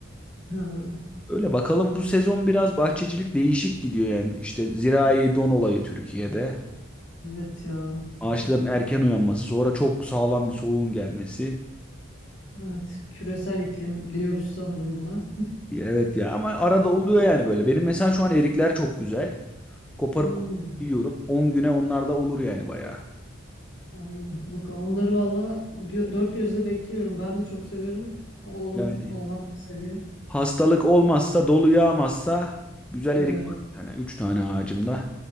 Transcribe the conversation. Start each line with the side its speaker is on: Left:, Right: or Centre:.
Left: Ha,
Centre: Öyle bakalım bu sezon biraz bahçecilik değişik gidiyor yani. İşte zirai don olayı Türkiye'de.
Left: evet ya.
Centre: Ağaçların
Left: Oh,
Centre: erken uyanması, sonra çok sağlam bir soğuğun gelmesi.
Left: Evet. Küresel iklim diyoruz sanırım buna.
Centre: Evet ya ama arada
Left: <laughs> Tabii.
Centre: oluyor yani böyle. Benim mesela şu an erikler çok güzel. Koparıp
Left: Hmm.
Centre: koparıp yiyorum. 10 güne onlar da olur yani bayağı.
Left: Ay hadi bakalım. Onları valla gö- dört gözle bekliyorum. Ben de çok severim. Oğlum,
Centre: Yani
Left: oğlan seviyor.
Centre: Hastalık olmazsa, dolu yağmazsa güzel
Left: Evet.
Centre: erik var. Yani üç tane ağacımda